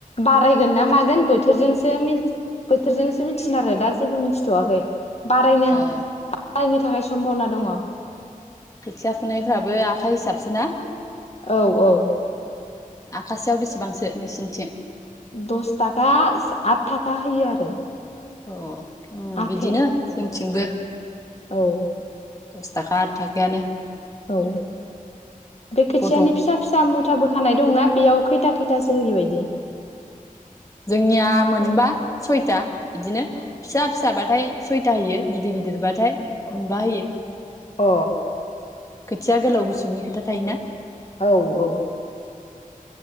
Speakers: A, on the left; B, on the left.
A: बारायगोन ना मागोन बोथोरजोंसो बोथोरजोंसो मिथिगोन आरो दा जेबो मिथिथ'वाखै बारायनो
B: ओ
A: बारायनो थाखाय सम्भावना दङ।
B: खोथिया फुनायफ्राबो आखाइ हिसाबसो ना?
A: औ औ
B: आखासेयाव बेसेबांसो नोंसिनिथिं
A: दस थाखा आठ थाखा होयो आरो
B: अ ओ
A: आखाया
B: बिदिनो जों थिंबो
A: औ
B: दस थाखा आठ थाखायानो
A: औ बे खोथियानि
B: गथ'
A: फिसा फिसा मुथा बोखानाय दंना बेयाव खैथा खैथासो होयो बायदि
B: जोंनिया मोनबा सयथा बिदिनो फिसा फिसाबाथाय सयथा होयो गिदिर गिदिरबाथाय मोनबा होयो
A: अ
B: खोथिया गोलाव गुसुंनि खोथा थायोना
A: औ औ